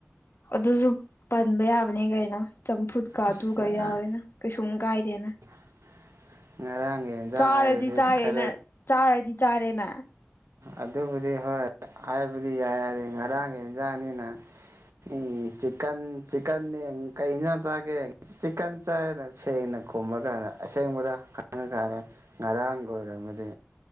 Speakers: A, on the left (about 55°); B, on the right (about 75°).
A: ꯑꯗꯨꯁꯨ ꯄꯟꯕ ꯌꯥꯕꯅꯤ ꯀꯩꯅꯣ ꯆꯝꯐꯨꯠ ꯀꯥ
B: ꯑꯁ
A: ꯑꯗꯨ ꯀ ꯌꯥꯎꯋꯦꯅ ꯀꯩꯁꯨꯝ ꯀꯥꯏꯗꯦꯅ꯫
B: ꯉꯔꯥꯡꯒꯤ ꯌꯦꯟꯖꯥꯡ
A: ꯆꯥꯔꯗꯤ
B: ꯍꯥꯏꯔꯗꯤ
A: ꯆꯥꯔꯦꯅ
B: ꯈꯔ
A: ꯆꯥꯔꯗꯤ ꯆꯥꯔꯦꯅ
B: ꯑꯗꯨꯕꯨꯗꯤ ꯍꯣꯏ ꯍꯥꯏꯕꯗꯤ ꯌꯥꯢ ꯉꯔꯥꯡꯒꯤ ꯌꯦꯟꯖꯥꯡꯅꯤꯅ ꯎꯝ ꯆꯤꯛꯀꯟ ꯆꯤꯛꯀꯟꯅꯦ ꯀꯩ ꯌꯦꯟꯁꯥꯡ ꯆꯥꯔꯒꯦ? ꯆꯤꯛꯀꯟ ꯆꯥꯏꯅ ꯁꯦꯡꯅ ꯈꯨꯝꯃꯀꯥꯟꯗ ꯑꯁꯦꯡꯕꯗ ꯈꯥꯡꯉꯀꯥꯟꯗ ꯉꯔꯥꯡꯒꯤ ꯑꯣꯏꯔꯝꯃꯗꯤ